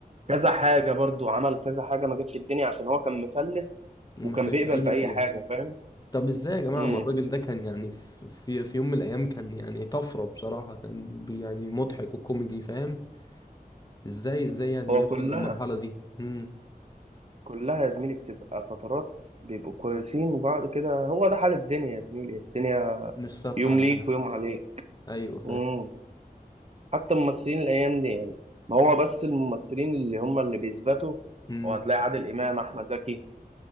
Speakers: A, on the right; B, on the left.
A: كذا حاجة برضو عمل كذا حاجة ما جاتش الدنيا عشان هو كان مفلس
B: ومحتاج
A: وكان بيقبل
B: اي
A: بأي
B: فلوس
A: حاجة فاهم؟
B: طب ازاي يا جماعة
A: امم
B: ما الراجل ده كان يعني في في في يوم من الايام كان يعني طفرة بصراحة كان بي يعني مضحك وكوميدي فاهم ازاي ازاي يعني
A: هو
B: يوصل
A: كلها
B: للمرحلة دي مم.
A: كلها يا زميلي بتبقى فترات بيبقوا كويسين وبعد كده هو ده حال الدنيا يا زميلي الدنيا
B: مش ثابت
A: يوم
B: على
A: ليك
B: حاجة
A: ويوم عليك
B: ايوه فاهم
A: امم حتى الممثلين الايام دي يعني ما هو بس الممثلين اللي هم اللي بيثبتوا
B: مم.
A: وهتلاقي عادل امام احمد زكي